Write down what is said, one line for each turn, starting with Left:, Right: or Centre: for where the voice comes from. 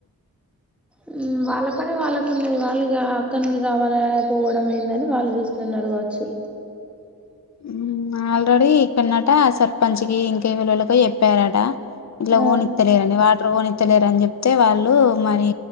Centre: హ్మ్ వాళ్ళ పని వాళ్ళకు ఉన్నది వాళ్ళ ఇగ అక్క నుండి రావాలా పోవడం ఏందని వాళ్ళు చూస్తున్నారు కావచ్చు
Left: హ్మ్ ఆల్రెడీ ఇక్కనంట సర్పంచ్ కి ఇంకె ఎవలువలుకో చెప్పారట ఇట్లా
Centre: ఆ
Left: ఓనికి తెలీదండి వాటర్ ఓని ఎతలేరుని చెప్తే వాళ్ళు మరి